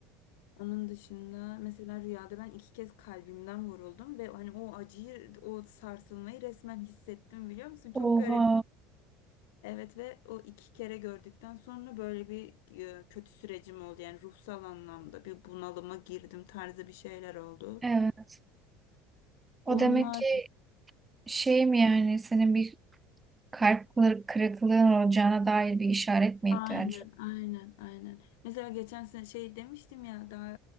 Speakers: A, on the left; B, on the right.
A: Onun dışında mesela rüyada ben iki kez kalbimden vuruldum ve hani o acıyı, o sarsılmayı resmen hissettim biliyor musun? Çok
B: Oha.
A: garip. Evet ve o iki kere gördükten sonra böyle bir e, kötü sürecim oldu. Yani ruhsal anlamda bir bunalıma girdim tarzı bir şeyler oldu.
B: Evet. O
A: Onlar
B: demek ki şey mi yani senin bir kalp kır- kırıklığın olacağına dair bir işaret mi
A: aynen
B: ihtiyacı?
A: aynen aynen. Mesela geçen sene şey demiştim ya daha